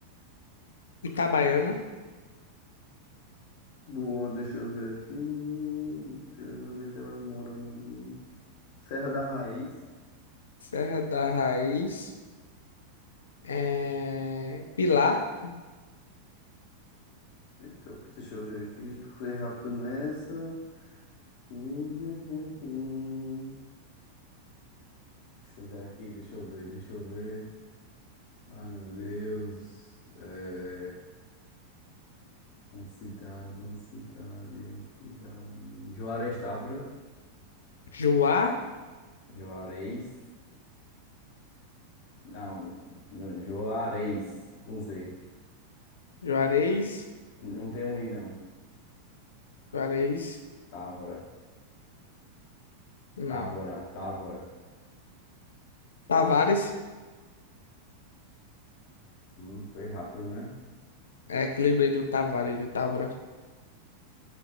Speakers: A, on the left (about 65°); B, on the left (about 50°).
A: Itabaiana,
B: Boa, deixa eu ver aqui. Deixa eu ver onde é que ela mora, meu amigo. Serra da Raiz.
A: Serra da Raiz, é, Pilar,
B: Eita, deixa eu ver aqui. Foi rápido nessa. <laughs> Hum, hum, hum, hum. Deixa eu ver aqui, deixa eu ver, deixa eu ver. Ai, meu Deus. É... Uma cidade, uma cidade, uma cidade. Juarez Távora.
A: Juá.
B: Juarez. Não, Juarez, com Z.
A: Juarez,
B: Não tem um I, não.
A: Juarez,
B: Távora.
A: não.
B: Távora, Távora.
A: Tavares,
B: Hum, foi rápido, né?
A: é que lembrei do Tavares, do Távora.